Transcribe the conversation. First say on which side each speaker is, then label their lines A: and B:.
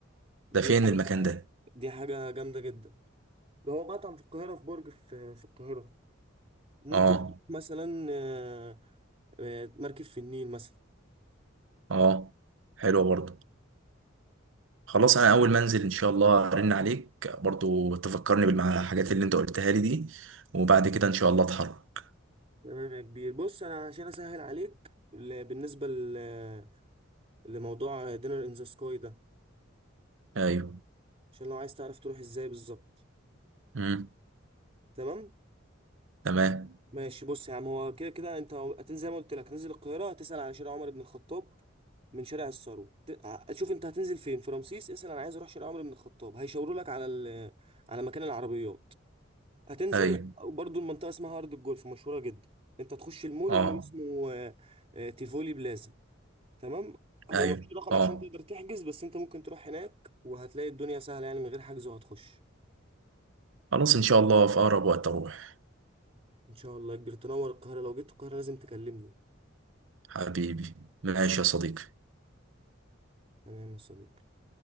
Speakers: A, on the right (about 30°); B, on the right (about 70°).
A: دي
B: ده فين
A: حاجه
B: المكان ده
A: دي حاجه جامده جدا ده هو مطعم في القاهره في برج في في القاهره ممكن
B: اه
A: تروح مثلا آه، آه، مركب في النيل مثلا
B: اه حلوه برضو خلاص انا اول ما انزل ان شاء الله ارن عليك برضو تفكرني بالحاجات اللي انت قلتها لي دي وبعد كده ان شاء الله اتحرك
A: تمام يا كبير بص انا عشان اسهل عليك ل- بالنسبه ل- لموضوع دينر ان ذا سكاي ده
B: ايوه
A: عشان لو عايز تعرف تروح ازاي بالظبط
B: امم
A: تمام
B: تمام
A: ماشي بص يا عم هو كده كده انت هتنزل زي ما قلت لك هتنزل القاهره هتسال على شارع عمر بن الخطاب من شارع الثروه ت- ع- شوف انت هتنزل فين في رمسيس اسال انا عايز اروح شارع عمر بن الخطاب هيشاوروا لك على ال- على مكان العربيات هتنزل
B: ايوه
A: برضو المنطقه اسمها ارض الجولف مشهوره جدا انت تخش المول
B: اه
A: المول اسمه آه، آه، تيفولي بلازا تمام هو
B: ايوه
A: مفيش رقم
B: اه
A: عشان تقدر تحجز بس انت ممكن تروح هناك وهتلاقي الدنيا سهلة يعني من غير حجز وهتخش
B: خلاص ان شاء الله في اقرب وقت اروح
A: ان شاء الله يا كبير تنور القاهرة لو جيت القاهرة لازم تكلمني
B: حبيبي ماشي يا صديقي
A: تمام يا صديقي